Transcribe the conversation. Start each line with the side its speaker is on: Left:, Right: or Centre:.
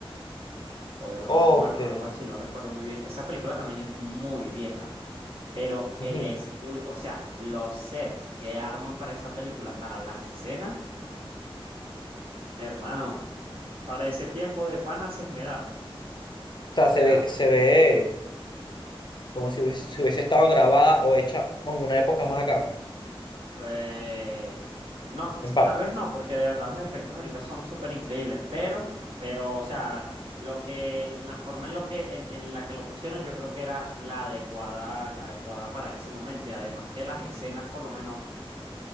Right: o de los
Left: Ok,
Right: Mil Muertos, algo así, no recuerdo muy bien. Esa película también es muy vieja, pero
Left: Ujú.
Right: el
Left: O
Right: estudio, o sea, los sets que arman para esa película, para las escenas, hermano, para ese tiempo de pana se esmeraron.
Left: sea,
Right: O sea...
Left: se ve, se ve como si hubiese, si hubiese estado grabada o hecha en una época más acá,
Right: Eh, no,
Left: en parte.
Right: tal vez no, porque de verdad los efectos ahorita son súper increíbles, pero, pero, o sea, lo que, la forma en lo que, en, en la que lo pusieron, yo creo que era la adecuada, la adecuada para ese momento. Y además que las escenas, por lo menos.